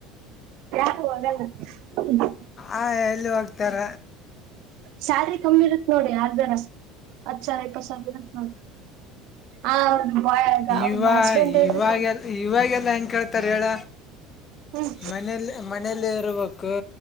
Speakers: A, on the right; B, on the left.
A: <unintelligible>
B: ಆ ಎಲ್ಲಿ ಹೋಗ್ತಾರ.
A: ಸ್ಯಾಲ್ರಿ ಕಮ್ಮಿ ಇರುತ್ ನೋಡಿ ಆರ್ ಜರ ಹತ್ ಸಾವಿರ ಇಪ್ಪತ್ತು ಸಾವಿರ ಇರತ್ ನೋಡಿ ಆ ಅವ್ರ ಬಾಯ್ ಅವ್ರ
B: ಇವಾಗ
A: ಹಸ್ಬೆಂಡ್ ಇರ್ಬೇಕ
B: ಇವಾಗೆಲ್ಲ ಇವಾಗೆಲ್ಲ ಹೆಂಗ ಕೇಳ್ತಾರೆ ಹೇಳ
A: ಹ್ಮ್.
B: ಮನೇಲಿ ಮನೇಲಿ ಇರ್ಬೇಕು